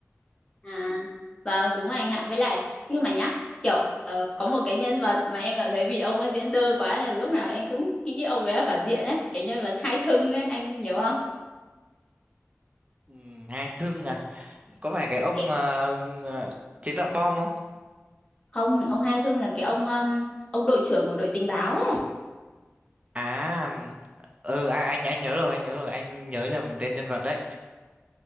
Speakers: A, on the left; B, on the right.
A: À, vâng đúng rồi anh ạ. Với lại nhưng mà nhá, kiểu ờ, có một cái nhân vật mà em cảm thấy vì ông ấy diễn đơ quá nên lúc nào em cũng nghĩ ông đấy là phản diện đấy, cái nhân vật Hai Thưng ấy, anh nhớ không?
B: Ừ, hai thương à? Có phải cái ông
A: Cái-
B: mà ờ, chế tạo bom không?
A: Không, ông Hai Thưng là cái ông um, ông đội trưởng của đội tình báo ấy,
B: À, ừ à, anh anh nhớ rồi, anh nhớ rồi, anh nhớ nhầm tên nhân vật đấy.